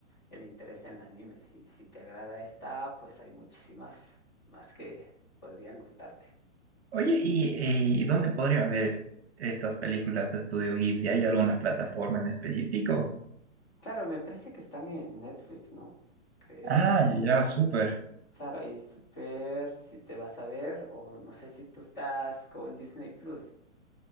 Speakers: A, on the left; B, on the right.
A: el interés en el anime. Si, si te agrada esta, pues hay muchísimas más que podrían gustarte.
B: Oye, ¿y, y dónde podría ver estas películas de Estudio Ghibli? ¿Hay alguna plataforma en específico?
A: Claro, me parece que están en Netflix, ¿no? Creo.
B: Ah, ya, ya, súper.
A: Claro, ahí súper, si te vas a ver, o no sé si tú estás con Disney Plus.